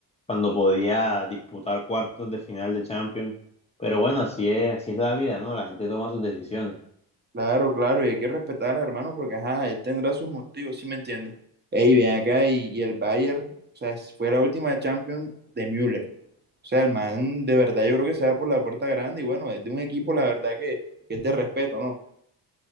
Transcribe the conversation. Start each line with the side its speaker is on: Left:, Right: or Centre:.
Left: cuando podía disputar cuartos de final de Champions. Pero bueno, así es, así es la vida, ¿no? La gente toma sus decisiones.
Right: Claro, claro, y hay que respetar al hermano porque, ajá, él tendrá sus motivos, ¿sí me entiendes? Ey, ven acá, y, y el Bayern, o sea, es- fue la última Champions de Müller. O sea, el man, de verdad, yo creo que se va por la puerta grande y bueno, es de un equipo, la verdad, que, que es de respeto, ¿no?